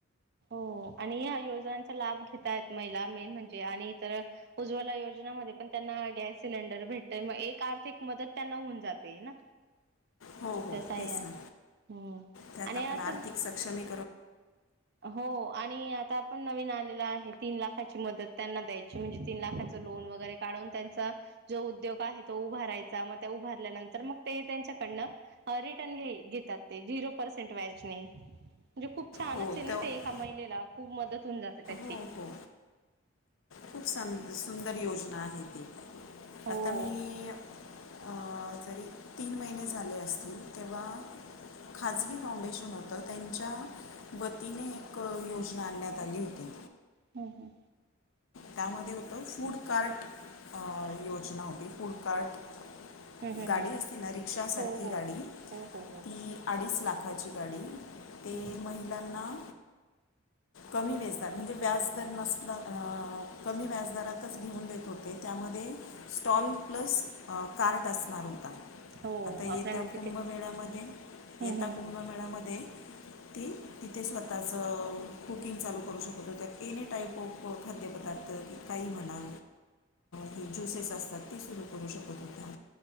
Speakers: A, on the right; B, on the left.
A: हो आणि या योजनाचा लाभ घेत आहेत महिला मेन म्हणजे आणि इतर उज्वला योजनामध्ये त्यांना गॅस सिलेंडर भेटतय मग एक आर्थिक मदत त्यांना होऊन जाते ना.
B: हो हो
A: तस आहे
B: तेच ना
A: हम्म
B: त्यात
A: आणि
B: आपण
A: याच
B: आर्थिक सक्षमी
A: हो आणि आता आपण नवीन आलेलं आहे तीन लाखाची मदत त्यांना द्यायची म्हणजे तीन लाखा लोन वगैरे काढून त्यांचा जो उद्योग आहे तो उभारायचा मग त्या उभारल्यानंतर मग ते त्यांच्या कडनं अं रिटर्न घेइ-घेतात ते झीरो पर्सेंट व्याजनी म्हणजे खूप छान
B: हो
A: च
B: तेव्हा
A: ते एका महिलेला खूप मदत होऊन जाते त्या
B: हो हो खूप स सुंदर योजना, ना नाहीती
A: हो
B: कथम हे <unintelligible>
A: <inaudible>
B: जरी तीन महिने झाले असतील तेव्हा खाजगी फाउंडेशन होतं त्यांच्या वतीने एक योजना आणण्यात आली होती.
A: हम्म हम्
B: त्यामध्ये होत फूड कार्ट अ योजना होती फूड कार्ट
A: हं, हं,
B: गाडी
A: हं.
B: असते ना रिक्षा सारखी
A: हो, हो.
B: गाडी
A: हो, हो, हो.
B: ती अडीच लाख लाखाची गाडी ते
A: हं, हं.
B: महिलांना कमी व्याजदार म्हणजे व्याजदर नसता कमी व्याजदरातच घेऊन देत होते. त्यामध्ये स्टॉल प्लस कार्ट असणार.
A: हो,
B: आता येत्या
A: आपल्याला तिथेच
B: कुंभमेळ्यामध्ये
A: हं,
B: येता
A: हं.
B: कुंभमेळ्यामध्ये, त तिथे स्वतःच कुकिंग चालू करू शकतो त्या एनी टाईप ऑफ खाद्यपदार्थ काही म्हणा हे ज्युसेस असतात ते सुरू करू शकत होत्या,